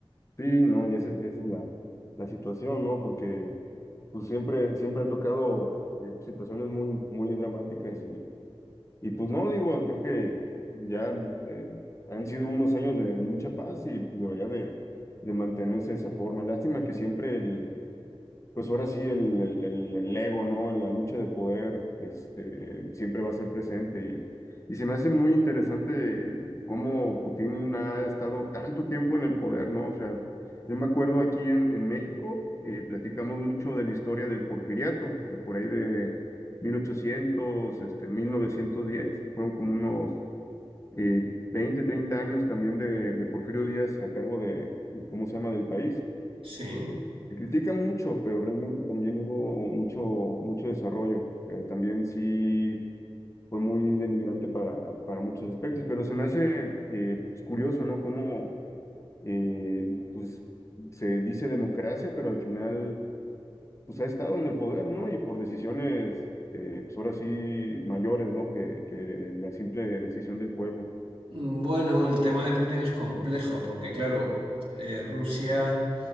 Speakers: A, on the left; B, on the right.
A: Sí, no, y esa, es- esa es la, la situación, ¿no? Porque pues siempre, siempre han tocado eh, situaciones muy, muy dramáticas y, y pues no, digo, creo que ya eh, han sido unos años de, de mucha paz y pues debería de, de mantenerse de esa forma. Lástima que siempre el, pues ahora sí el, el, el- el ego, ¿no? La lucha de poder, este, siempre va a ser presente y, y se me hace muy interesante cómo Putin ha estado tanto tiempo en el poder, ¿no? O sea, yo me acuerdo aquí en, en México, eh, platicamos mucho de la historia del Porfiriato, de por ahí de 1800, este, 1910, que fueron como unos eh, 20, 30 años también de, de Porfirio Díaz a cargo de, ¿cómo se llama?, del país.
B: Sí.
A: Se critica mucho, pero realmente también hubo mucho, mucho desarrollo, pero también sí fue muy denigrante para, para muchos aspectos, pero se me hace eh, pues, curioso, ¿no? Cómo eh, pues, se dice democracia, pero al final pues ha estado en el poder, ¿no? Y por decisiones, eh, pues ahora sí, mayores, ¿no? Que, que la simple decisión del pueblo.
B: Mm, Bueno, el tema de Putin es complejo porque, claro, eh, Rusia